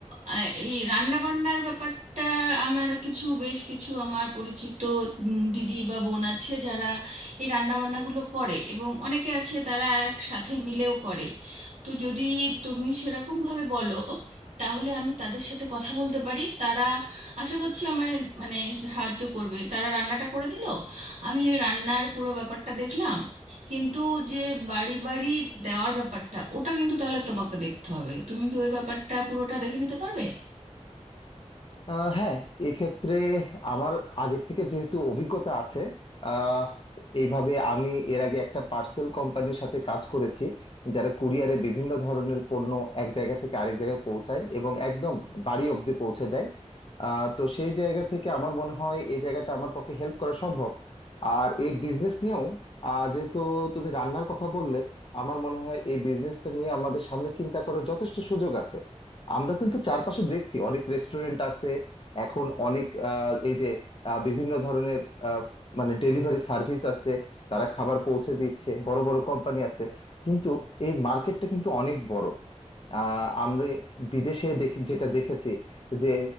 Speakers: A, on the right (about 75°); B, on the left (about 45°).
A: আহ, এই রান্না বান্নার ব্যাপারটা আমার কিছু বেশ কিছু আমার পরিচিত উম, দিদি বা বোন আছে যারা এই রান্না বান্নাগুলো করে এবং অনেকে আছে তারা একসাথে মিলেও করে তো যদি তুমি সেরকম ভাবে বলো তাহলে আমি তাদের সাথে কথা বলতে পারি তারা আশা করছি আমায় মানে সাহায্য করবে তারা রান্নাটা করে দিল আমি ওই রান্নার পুরো ব্যাপারটা দেখলাম কিন্তু যে বাড়ি বাড়ি দেওয়ার ব্যাপারটা ওটা কিন্তু তাহলে তোমাকে দেখতে হবে তুমি কি ওই ব্যাপারটা পুরোটা দেখে নিতে পারবে
B: আহ হ্যাঁ এক্ষেত্রে আমার আগে থেকে যেহেতু অভিজ্ঞতা আছে আহ এইভাবে আমি এর আগে একটা পার্সেল কোম্পানির সাথে কাজ করেছি যারা কুরিয়ারে বিভিন্ন ধরনের পণ্য এক জায়গা থেকে আরেক জায়গায় পৌঁছায় এবং একদম বাড়ি অব্দি পৌঁছে দেয় আহ তো সেই জায়গা থেকে আমার মনে হয় এই জায়গাটা আমার পক্ষে হেল্প করা সম্ভব আর এই বিজনেস নিয়েও আহ যেহেতু তুমি রান্নার কথা বললে আমার মনে হয় এই বিজনেসটা নিয়ে আমাদের সামনে চিন্তা করার যথেষ্ট সুযোগ আছে আমরা কিন্তু চারপাশে দেখছি অনেক রেস্টুরেন্ট আছে এখন অনেক আহ, এই যে আহ, বিভিন্ন ধরনের আহ, মানে ডেলিভারি সার্ভিস আছে তারা খাবার পৌঁছে দিচ্ছে বড় বড় কোম্পানি আছে কিন্তু এই মার্কেটটা কিন্তু অনেক বড় আহ আমরা বিদেশে দেখি যেটা দেখেছি যে